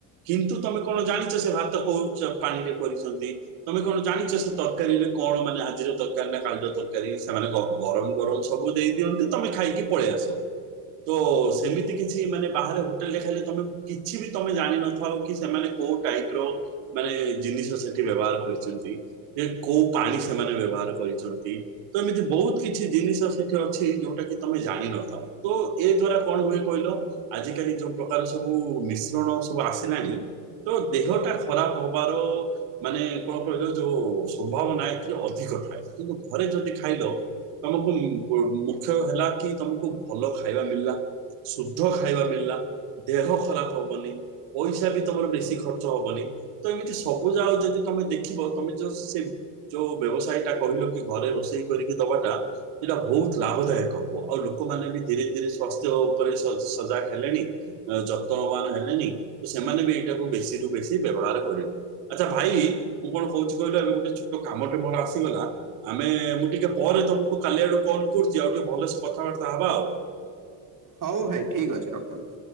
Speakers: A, on the right (about 80°); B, on the right (about 40°).
A: କିନ୍ତୁ ତମେ କଣ ଜାଣିଛ ସେ ଭାତ କୋଉ ଚ ପାଣିରେ କରିଛନ୍ତି। ତମେ କଣ ଜାଣିଛ ସେ ତରକାରୀରେ କଣ ମାନେ ଆଜିର ତରକାରୀ ନା କାଲିର ତରକାରୀ ସେମାନେ ଗ ଗରମ ଗରମ ସବୁ ଦେଇ ଦିଅନ୍ତି ତମେ ଖାଇକି ପଳେଇ ଆସ। ତ ସେମିତି କିଛି ମାନେ ବାହାରେ ହୋଟେଲରେ ଖାଇଲେ ତମେ କିଛି ବି ତମେ ଜାଣିିନଥାଅ କି ସେମାନେ କୋଉଠ ମାଇପ ର ମାନେ ଜିନିଷ ସେଠି ବ୍ୟବହାର କରିଛନ୍ତି। ଯେ କୋଉ ପାଣି ସେମାନେ ବ୍ୟବହାର କରିଛନ୍ତି। ତ ଏମିତି ବୋହୁତ କିଛି ଜିନିଷ ସେଠି ଅଛି ଯୋଉଟା କି ତମେ ଜାଣିନଥାଅ। ତ ଏଇ ଦ୍ଵାରା କଣ ହୁଏ କହିଲ? ଆଜିକାଲି ଯୋଉ ପ୍ରକାର ସବୁ ମିଶ୍ରଣ ସବୁ ଆସିଲାଣି ତ ଦେହ ଟା ଖରାପ ହବାରୋ ମାନେ କଣ କହିଲ ଯୋଉ ସମ୍ଭାବନା ଏଥିରେ ଅଧିକ ଥାଏ କିନ୍ତୁ ଘରେ ଯଦି ଖାଇଲ ତମକୁ ମୁ ମୁଖ୍ୟ ହେଲା କି ତମକୁ ଭଲ ଖାଇବା ମିଳିଲା। ଶୁଦ୍ଧ ଖାଇବା ମିଳିଲା ଦେହ ଖରାପ ହବନି। ପଇସା ବି ତମର ବେଶି ଖର୍ଚ୍ଚ ହବନି। ତ ଏମିତି ସବୁ ଯାଅ ଯଦି ତମେ ଦେଖିବ ତମେ ଜଶ୍ ସେମ୍ ଯୋଉ ବ୍ୟବସାୟ ଟା କହିଲ କି ଘରେ ରୋଷେଇ କରିକି ଦବାଟା ଏଇଟା ବୋହୁତ ଲାଭଦାୟକ ହବ ଆଉ ଲୋକମାନେ ଧୀରେ ଧୀରେ ଶସ୍ୟ ଉପରେ ସ ସଜାଗ ହେଲେଣି। ଯତ୍ନବାନ ହେଲେନି ତ ସେମାନେ ବି ଏଇଟାକୁ ବେଶୀ ରୁ ବେଶୀ ବ୍ୟବହାର କରିବେ। ଆଚ୍ଛା ଭାଇ ମୁଁ କଣ କହୁଛି କହିଲ ଏବେ ଗୋଟେ ଛୋଟ କାମଟେ ମୋର ଆସିଗଲା ଆମେ-ଏ-ଏ ମୁଁ ଟିକେ ପରେ ତମକୁ କାଲି ଆଡକୁ କଲ କରୁଛି ଆଉ ଟିକେ ଭଲସେ କଥାବାର୍ତ୍ତା ହବା ଆଉ।
B: ହଉ ଭାଇ ଠିକ୍ ଅଛି ରଖନ୍ତୁ।